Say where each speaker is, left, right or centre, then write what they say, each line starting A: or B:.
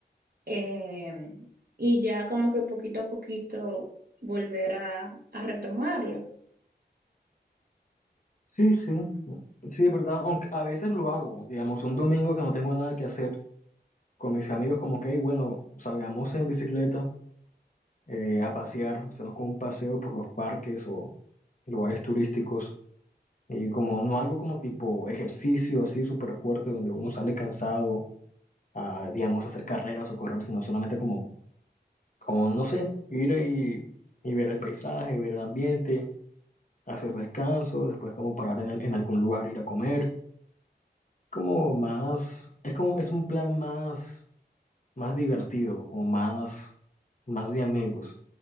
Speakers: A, on the right; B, on the left.
A: eh, y ya como que poquito a poquito volver a, a retomarlo.
B: Sí, sí, sí, es verdad. Aunque a veces lo hago, digamos, un domingo que no tengo nada que hacer con mis amigos, como que, "Hey, bueno, salgamos en bicicleta eh, a pasear, hacemos como un paseo por los parques o lugares turísticos. Y como no algo como tipo ejercicio así súper fuerte donde uno sale cansado a, digamos, hacer carreras o correr, sino solamente como, como no sé, ir y, y ver el paisaje, ver el ambiente, hacer descanso, después como parar en, el- en algún lugar, ir a comer, como más, es como, es un plan más, más divertido, como más, más de amigos,